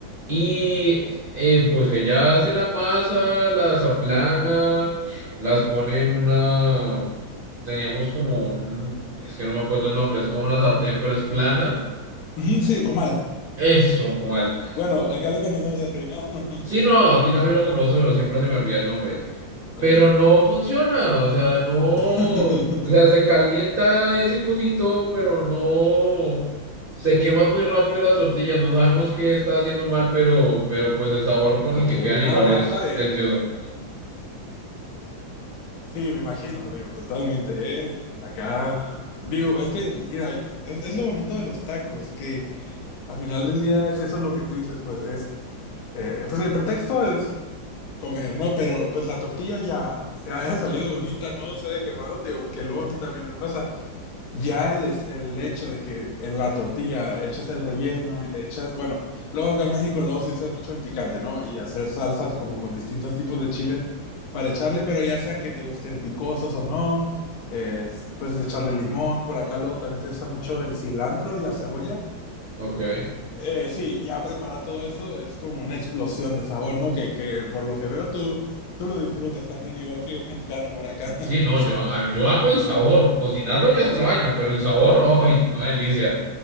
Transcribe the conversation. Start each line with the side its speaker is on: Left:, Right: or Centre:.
Right: Y eh, pues ella hace la masa, las aplana, las pone en una... Teníamos como un... Es que no me acuerdo el nombre, es como una sartén, pero es plana.
Left: Ujú, sí, comal.
Right: Es un comal.
Left: Bueno, acá lo conocemos así, ¿no? <laughs>
Right: Sí, no, aquí también lo compramos, pero siempre se me olvida el nombre.
Left: Ok.
Right: Pero no funciona, o sea, no, o
Left: <laughs>
Right: sea, se calienta ese cosito, pero no, se queman muy rápido las tortillas, no sabemos qué está haciendo mal, pero, pero pues el sabor con
Left: Ok.
Right: el que quedan
Left: No,
Right: igual
Left: no, no,
Right: es
Left: está bien.
Right: delicioso.
Left: Sí, me imagino, digo, totalmente, ¿eh? Acá, digo, es que, mira, es, es lo bonito de los tacos, que al final del día es eso lo que tú dices, pues es, eh, pues el pretexto es comer, ¿no? Pero pues la tortilla ya se ha <laughs> salido bonita, no se ha quemado, tío, porque luego a mí también me pasa. Ya el, es- el hecho de que en la tortilla echas el relleno y le echas, bueno, luego acá en México luego se usa mucho el picante, ¿no? Y hacer salsas como con distintos tipos de chile para echarle, pero ya sea que te gusten picosos o no, es, puedes echarle limón, por acá luego también se usa mucho el cilantro y la cebolla.
Right: Ok,
Left: Eh, sí, ya preparar todo eso es como una explosión de sabor, ¿no? Que, que por lo que veo tú, tú lo disfrutas también, igual que un mexicano por acá.
Right: sí,
Left: <laughs>
Right: no, yo, a- yo amo el sabor, cocinarlo ya es otra vaina, pero el sabor, <laughs> ay, una delicia.